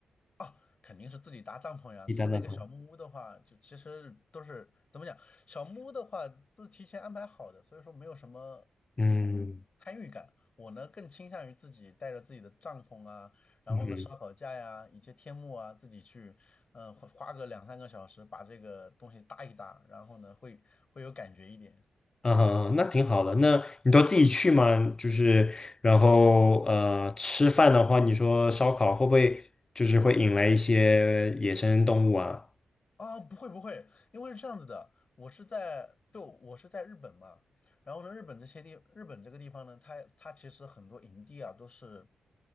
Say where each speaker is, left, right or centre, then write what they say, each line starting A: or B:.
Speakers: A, on the left; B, on the left.
A: 啊，肯定是自己搭帐篷呀。
B: 自己搭帐篷，
A: 住那个小木屋的话，就其实都是怎么讲，小木屋的话都是提前安排好的，所以说没有什么嗯参与感。
B: 嗯
A: 我呢更倾向于自己带着自己的帐篷啊，然后呢烧烤架呀，
B: 嗯哼，
A: 以及天幕啊，自己去嗯、呃花花个两三个小时把这个东西搭一搭，然后呢会会有感觉一点。
B: 嗯哈，那挺好的。那你都自己去吗？就是然后呃，吃饭的话，你说烧烤会不会就是会引来一些野生动物啊？
A: 啊、不会不会，因为是这样子的，我是在就我是在日本嘛，然后呢，日本这些地，日本这个地方呢，它它其实很多营地啊都是